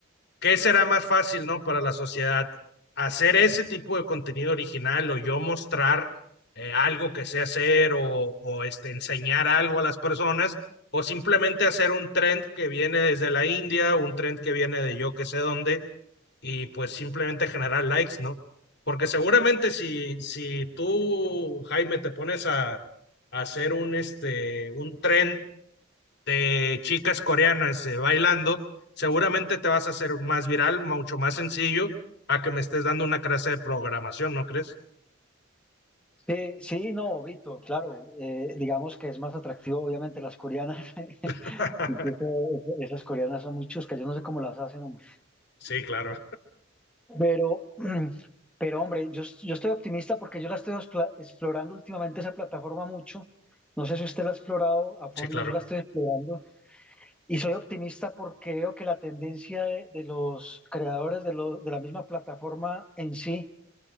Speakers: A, on the left; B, in the centre.
A: ¿Qué será más fácil, ¿no? Para la sociedad, hacer ese tipo de contenido original o yo mostrar eh, algo que sé hacer o, o, este, enseñar algo a las personas o simplemente hacer un trend que viene desde la India, un trend que viene de yo que sé dónde y pues simplemente generar likes, ¿no? Porque seguramente si, si tú, Jaime, te pones a, a hacer un, este, un trend de chicas coreanas eh, bailando, seguramente te vas a hacer más viral, mucho más sencillo, a que me estés dando una clase de programación, ¿no crees?
B: Sí, sí, no, Vito, claro. eh, digamos que es más atractivo, obviamente, las coreanas. <laughs>
A: <laughs>
B: Incluso es- esas coreanas son muy chuscas, yo no sé cómo las hacen, hombre.
A: Sí, claro,
B: Pero, <clears throat> pero hombre, yo, yo estoy optimista porque yo la estoy expla- explorando últimamente esa plataforma mucho. No sé si usted la ha explorado a fondo,
A: sí, claro.
B: yo la estoy explorando. Y soy optimista porque veo que la tendencia de, de los creadores de, lo- de la misma plataforma en sí